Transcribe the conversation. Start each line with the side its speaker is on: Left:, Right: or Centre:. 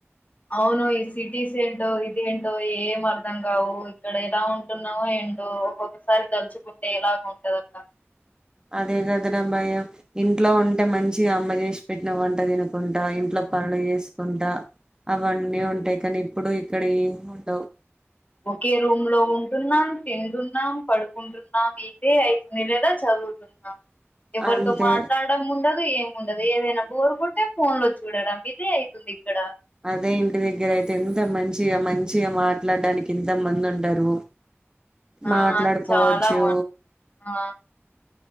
Left: అవును ఈ సిటీస్ ఏంటో ఇది ఏంటో ఏం అర్ధం కావు ఇక్కడ ఎలా ఉంటుందో ఏంటో ఒక్కొక్కసారి తలుచుకుంటే ఇలాగ ఉంటదక్క
Right: అదే కదన భ ఇంట్లో ఉంటే మంచి అమ్మ చేసి పెట్టిన వంట తినకుంటా ఇంట్లో పనులు చేసుకుంటా అవన్నీ ఉంటాయి కానీ ఇప్పుడు ఇక్కడ ఏమి ఉండవు
Left: ఒకే రూమ్ లో ఉంటున్నాం తింటున్నాం పడుకుంటున్నాం ఇదే అయితుంది లేదా చదువుతున్నాం ఎవరితో
Right: అంతే
Left: మాట్లాడడం ముందు ఉండదు ఏమి ఉండదు ఏదైనా బోరు కొట్టే ఫోన్ లో చూడడం ఇదే అయితుంది ఇక్కడ
Right: అదే ఇంటి దగ్గరయితే ఎంత మంచిగా మంచిగా మాట్లాడడానికి ఇంత మంది ఉంటారు
Left: ఆ
Right: మాట్లాడుకోవచ్చు
Left: చాలా బాగుంది ఆ